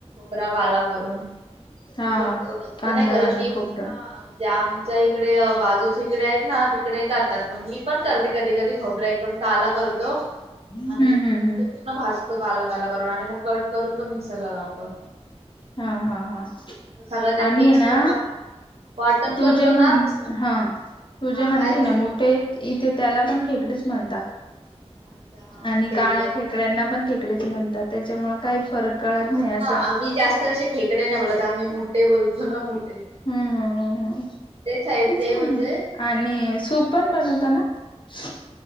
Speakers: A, on the right; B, on the left.
A: खोबरा काला करून म्हणजे
B: हा
A: शक्यतो जास्त
B: कांदा
A: नाही करत
B: आणि
A: मी
B: खोबरं
A: म्हणजे आम च्या इकडे बाजूचे ईकडे आहेत ना तिकडे करतात मग मी पण करते कधी कधी खोबरं एकदम काला करतो
B: हम्म
A: आणि मग
B: हम्म
A: तर मग
B: हम्म
A: ते पूर्ण भाजतो तो काला काला करून आणि मग कट करून तो मिक्सरला लावतो
B: हा हा हा
A: सगळं त्यात
B: आणि
A: मिक्स
B: ये ना
A: करून आपण वाटण
B: तु
A: करतो
B: जे
A: ना
B: म्हण
A: तसं
B: हा तु
A: हा
B: जे म्हणते
A: काय बोलते
B: ना मोठे इथे त्याला पण खेकडीच म्हणता
A: अच्छा हा
B: आणि
A: खेकडे
B: काळ्या खेकड्यांना पण खेकडेच म्हणतात त्याच्यामुळे
A: हा
B: काही
A: हा
B: फरक कळत नाही असं
A: हा आम्ही जास्त कसे खेकडे नाही बोलत आम्ही मोठे बोलतो ना मोठे
B: हम्म हम् हम् हम्
A: आहेत
B: तेच
A: ते
B: ना
A: म्हणजे हा
B: आणि सूप पण बनवताना <inaudible>